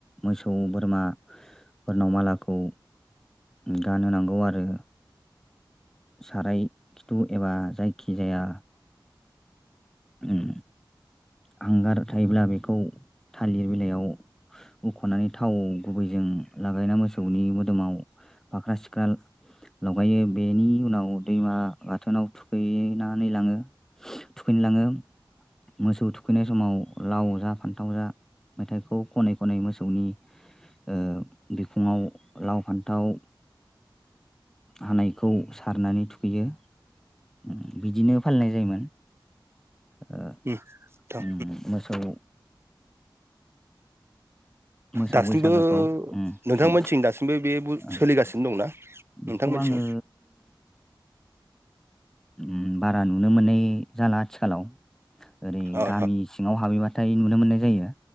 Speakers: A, in the centre; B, on the right (about 30°).
A: मोसौ बोरमा फोरनाव मालाखौ गानहोनांगौ आरो साराय खिथु एबा जायखि जाया उम हांगार थायोब्ला बेखौ थालिर बिलाइयाव हुख'नानै थाव गुबैजों उम लागायना मोसौनि मोदोमाव फाख्रा-सिख्रा लगायो बेनि उनाव दैमा गाथोनाव थुखैनानै लाङो थुखैनो लाङो मोसौ थुखैनाय समाव लाव जा फान्थाव जा मेथाइखौ खनै खनै मोसौनि ओ बिखुङाव लाव फान्थाव हानायखौ सारनानै थुखैयो उम बिदिनो फालिनाय जायोमोन ओ
B: उम नोंथां
A: उम मोसौ मोसौ
B: दासिमबो
A: बैसागोखौ उम-उम
B: नोंथांमोनथिं दासिमबो बे बु
A: ओ
B: सोलिगासिनो दंना
A: बेखौ
B: नोंथांमोनथिं
A: आङो उम बारा नुनो मोननाय जाला आथिखालाव ओरै
B: औ
A: गामि सिङाव हाबहैबाथाय नुनो मोननाय जायो